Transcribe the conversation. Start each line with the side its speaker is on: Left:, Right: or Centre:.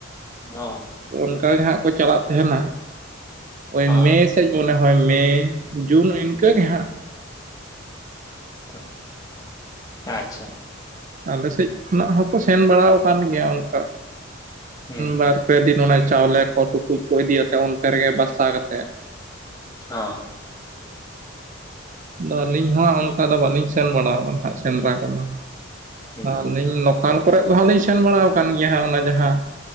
Left: ᱢᱚ
Right: ᱚᱱᱠᱟ ᱜᱮ ᱦᱟᱸᱜ ᱠᱚ ᱪᱟᱞᱟᱜ ᱛᱟᱦᱮᱸᱱᱟ ᱳᱭ
Left: ᱦᱚᱸ
Right: ᱢᱮᱥ ᱢᱚᱱᱮ ᱦᱚᱭ ᱢᱮ ᱡᱩᱱ ᱤᱱᱠᱟᱹ ᱜᱮ ᱦᱟᱸᱜ᱾
Left: <unintelligible> ᱟᱪᱪᱷᱟ
Right: ᱟᱞᱮ ᱥᱮᱫ ᱠᱷᱚᱱᱟᱜ ᱦᱚᱸᱠᱚ ᱥᱮᱱ ᱵᱟᱲᱟ ᱟᱠᱟᱱ ᱜᱮᱭᱟ ᱚᱱᱠᱟ
Left: ᱦᱩᱸ
Right: ᱵᱟᱨ ᱯᱮ ᱫᱤᱱ ᱚᱱᱮ ᱪᱟᱣᱞᱮ ᱠᱚ ᱴᱩᱠᱩᱡ ᱠᱚ ᱤᱫᱤᱭᱟᱛᱮ ᱚᱱᱛᱮ ᱨᱮᱜᱮ ᱵᱟᱥᱟ ᱠᱟᱛᱮ᱾
Left: ᱚ᱾
Right: ᱟᱫᱚ ᱟᱹᱞᱤᱧ ᱦᱚᱸ ᱚᱱᱠᱟ ᱫᱚ ᱵᱟᱹᱞᱤᱧ ᱥᱮᱱ ᱵᱟᱲᱟ ᱟᱠᱟᱱᱟ ᱥᱮᱸᱫᱽᱨᱟ ᱠᱚᱫᱚ᱾
Left: ᱦᱩᱸ
Right: ᱟᱹᱞᱤᱧ ᱞᱚᱠᱟᱞ ᱠᱚᱨᱮ ᱫᱚ ᱦᱟᱸᱜ ᱞᱤᱧ ᱥᱮᱱ ᱵᱟᱲᱟᱣ ᱠᱟᱱ ᱜᱮᱭᱟ ᱦᱟᱸᱜ ᱚᱱᱟ ᱡᱟᱦᱟᱸ